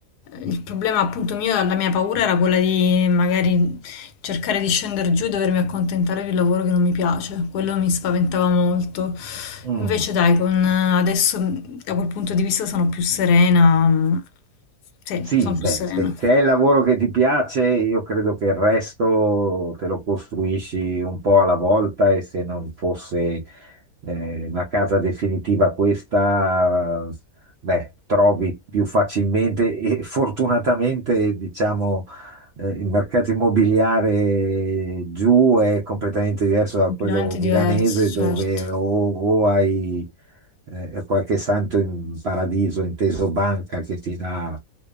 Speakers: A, on the left; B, on the right.
A: il problema appunto mio, la mia paura era quella di magari cercare di scendere giù e dovermi accontentare di un lavoro che non mi piace, quello mi spaventava molto.
B: Mm,
A: Invece dai, con, eh, adesso mm, da quel punto di vista sono più serena, mm, sì,
B: Sì,
A: sono
B: beh,
A: più serena,
B: se, se è il lavoro che ti piace, io credo che il resto te lo costruisci un po' alla volta e se non fosse Eh, una casa definitiva questa, beh, trovi più facilmente <laughs> e fortunatamente, diciamo, eh, il mercato immobiliare giù è completamente diverso da
A: completamente
B: quello milanese
A: diverso, certo.
B: dove o, o hai eh, qualche santo in paradiso, inteso banca, che ti dà